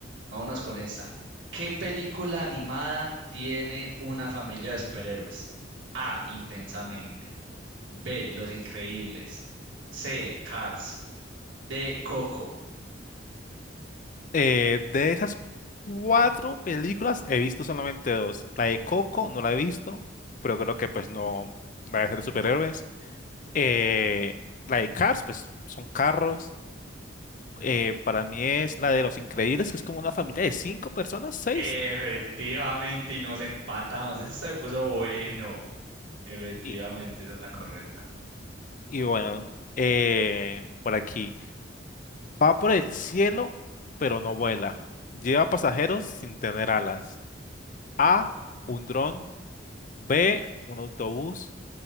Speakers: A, on the right (about 85°); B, on the left (about 45°).
A: vámonos con esta. ¿Qué película animada tiene una familia de superhéroes? A. Intensamente. B. Los Increíbles. C. Cars. D. Coco.
B: Eh, de esas cuatro películas he visto solamente dos. La de Coco no la he visto, pero creo que pues no la de ser de superhéroes. Eh, la de Cars pues son carros. Eh, para mí es la de Los Increíbles, que es como una familia de cinco personas, seis.
A: Efectivamente, y nos empatamos. Eso se puso bueno. Efectivamente,
B: Y,
A: esa es la correcta.
B: y bueno, eh, por aquí. Va por el cielo, pero no vuela. Lleva pasajeros sin tener alas. A, un dron. B, un autobús.